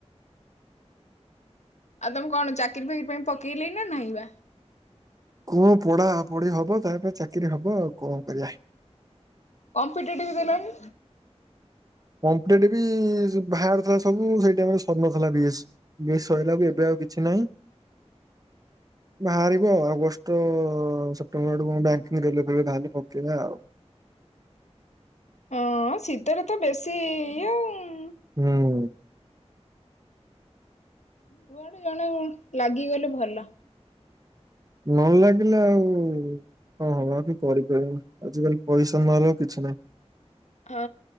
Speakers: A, on the left; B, on the right.
A: ଆଉ ତମେ କଣ ଚାକିରି ଫାକିରି ପାଇଁ ପକେଇଲେଇ ନାହିଁବା।
B: କୁହ ପଢା ପଢି ହବ ତାପ ଚାକିରି ହବ ଆଉ କଣ କରିବା।
A: କମ୍ପିଟେଟିଭ ଦେଲନି।
B: କମ୍ପିଟେଟିଭ ବାହରଥିଲା ସବୁ ସେଇ ଟାଇମ ରେ ସରିନଥିଲା ବିଏସି। ବିଏସି ସଇଲାକୁ ଏବେ ଆଉ କିଛି ନାହିଁ ବାହାରିବ ଆଉ ଅଗଷ ତ ସେପ୍ଟେମ୍ବର ଆଡୁକୁ ବ୍ୟାଙ୍କିଙ୍ଗ ରିଲେଟେଡ ବାହାରିଲେ ପକେଇଆ ଆଉ।
A: ହଁ ଶୀତରେ ତ ବେଶୀ ଇଏ ଆଉ।
B: ହୁଁ।
A: ଯୁଆଡୁ ଜଣେ ଲାଗିଗଲେ ଭଲ।
B: ନ ଲାଗିଲେ ଆଉ କଣ ହବ ଆ ବି କରିପାରିବି ଆଜିିକାଲି ପଇସା ନହଲେ ଆଉ କିଛି ନାହିଁ।
A: ହଁ।